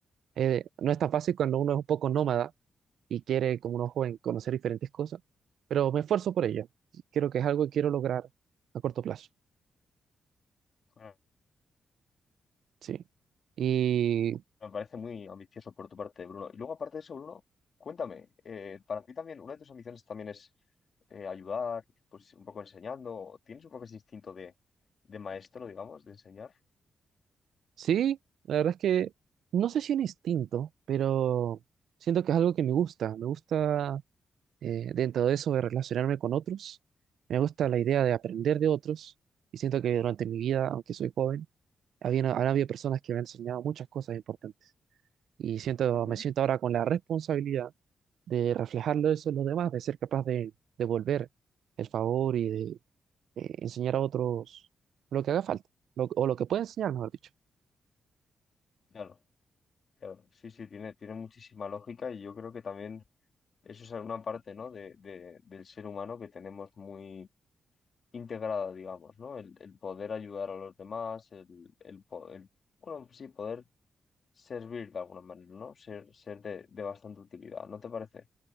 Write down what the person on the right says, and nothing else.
Eh, no es tan fácil cuando uno es un poco nómada y quiere, como un joven, conocer diferentes cosas, pero me esfuerzo por ello. Creo que es algo que quiero lograr a corto plazo,
sí. Y
Sí, la verdad es que no sé si un instinto, pero siento que es algo que me gusta. Me gusta eh, dentro de eso de relacionarme con otros. Me gusta la idea de aprender de otros. Y siento que durante mi vida, aunque soy joven, había, han habido personas que me han enseñado muchas cosas importantes. Y siento,
me siento ahora con la responsabilidad de reflejarlo eso en los demás, de ser capaz de devolver el favor y de eh, enseñar a otros lo que haga falta, lo- o lo que pueda enseñar, mejor dicho.